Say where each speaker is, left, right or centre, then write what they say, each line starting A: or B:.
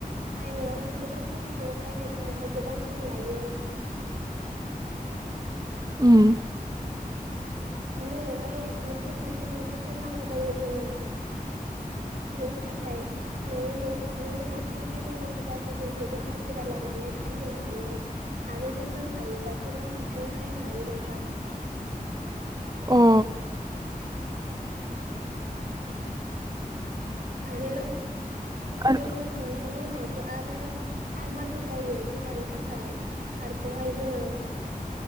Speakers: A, on the right (about 80°); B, on the right (about 25°).
A: खायनायावहाय गोबां खस्थ' खायनाय समावहाय गोबां सम लायो।
B: उम।
A: नोआवहाय मोनसे मोनसे मोनसे खननांगौ जायो जोङो। बेनि थाखाय नोङो नों नोङो हारसिं खायनो रोङाबा गुबुनखौबो हाजिरा लानानै खायहोनो हायो। आरो नों रोंखायोबाथ' नों हारसिंनो खायनो हायो नोंथां।
B: अ।
A: आरो
B: आरो
A: नो खनखांनायनि उनाव थ' आरो थार नांगौ जायो जि दानो थाखाय। थारखौहाय जोङो